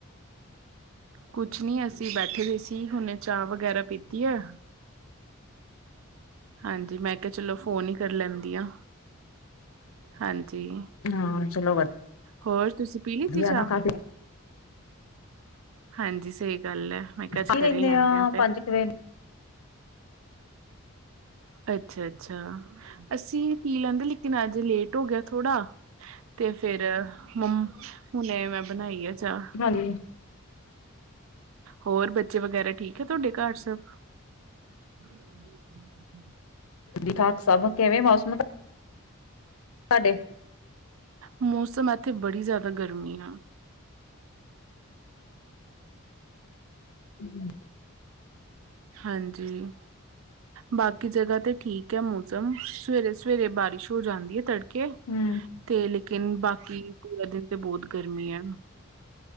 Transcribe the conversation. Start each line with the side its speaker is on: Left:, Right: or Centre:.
Right: ਕੁਛ ਨੀ ਅਸੀਂ ਬੈਠੇ ਦੇ ਸੀ ਹੁਨੇ ਚਾਅ ਵਗੈਰਾ ਪੀਤੀ ਐ। ਹਾਂਜੀ ਮੈਂ ਕਿਆ ਚਲੋ ਫੋਨ ਈ ਕਰ ਲੈਂਦੀ ਆਂ। ਹਾਂਜੀ,
Left: ਹਾਂ ਚਲੋ
Right: ਹੋਰ ਤੁਸੀਂ ਪੀ
Left: ਵਧੀਆ
Right: ਲਿੱਤੀ ਚਾਅ।
Left: ਨਾ ਕਾਫੀ
Right: ਹਾਂਜੀ ਸਈ ਗੱਲ ਐ ਮੈਂ ਕਿਆ
Left: ਕੀ
Right: ਅੱਜ ਕਰ
Left: ਰਹਿੰਦੇ
Right: ਈ ਲੈਂਦੇ
Left: ਆ
Right: ਆਂ ਫਿਰ।
Left: ਪੰਜ ਕੁ ਵਜੇ
Right: ਅੱਛਾ-ਅੱਛਾ, ਅਸੀਂ ਪੀ ਲੈਂਦੇ ਲੇਕਿਨ ਅੱਜ ਲੇਟ ਹੋ ਗੇਆ ਥੋੜਾ। ਤੇ ਫੇਰ ਹੁ ਹੁਨੇ ਮੈਂ ਬਨਾਈ ਐ ਚਾਅ।
Left: ਹਾਂਜੀ।
Right: ਹੋਰ ਬੱਚੇ ਵਗੈਰਾ ਠੀਕ ਐ ਥੋਡੇ ਘਰ ਸਬ। <inaudible>
Left: ਠੀਕ-ਠਾਕ ਸਬ ਕਿਵੇਂ ਮੌਸਮ ਦਾ ਤਾਡੇ
Right: ਮੌਸਮ ਏਥੇ ਬੜੀ ਜ਼ਾਦਾ ਗਰਮੀ ਆ।
Left: ਹੂੰ
Right: ਹਾਂਜੀ, ਬਾਕੀ ਜਗ੍ਹਾ ਤੇ ਠੀ ਕ ਐ ਮੌਸਮ ਸਵੇਰੇ-ਸਵੇਰੇ ਬਾਰਿਸ਼ ਹੋ ਜਾਂਦੀ ਐ ਤੜਕੇ।
Left: ਹੂੰ
Right: ਤੇ ਲੇਕਿਨ ਬਾਕੀ ਪੂਰਾ ਦਿਨ ਤੇ ਬੋਤ ਗਰਮੀ ਐ।